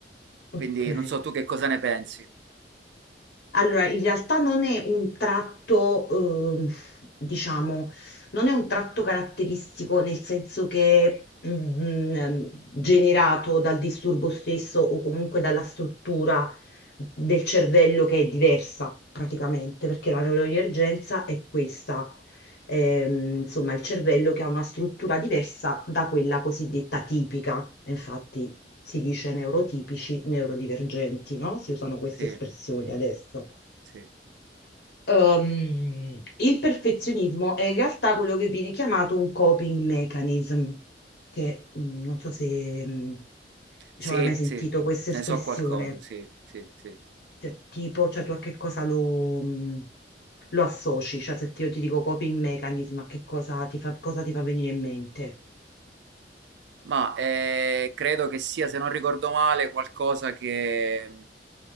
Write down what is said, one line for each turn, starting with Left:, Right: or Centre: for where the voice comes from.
Left: Ok.
Right: quindi non so tu che cosa ne pensi.
Left: Allora, in realtà non è un tratto, ehm, diciamo, non è un tratto caratteristico nel senso che mm, ehm, generato dal disturbo stesso o comunque dalla struttura del cervello che è diversa praticamente, perché la neurodivergenza è questa, ehm, insomma, il cervello che ha una struttura diversa da quella cosiddetta tipica. Infatti si dice neurotipici, neurodivergenti, no? Si usano queste
Right: Sì,
Left: espressioni adesso.
Right: sì,
Left: Ehm, il perfezionismo è in realtà quello che viene chiamato un coping mechanism, che mh, non so se mh,
Right: sì,
Left: diciamo, hai mai sentito
Right: sì,
Left: questa espressione,
Right: ne so qualcosa, sì, sì, sì.
Left: cioè, tipo, cioè tu a che cosa lo, mh, lo associ, cioè se ti- io ti dico coping mechanism, a che cosa ti fa, cosa ti fa venire in mente?
Right: Ma eh, credo che sia, se non ricordo male, qualcosa che,